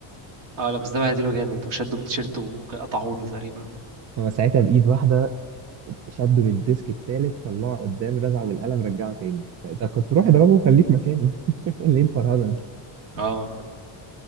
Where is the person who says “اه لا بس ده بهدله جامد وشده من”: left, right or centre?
Right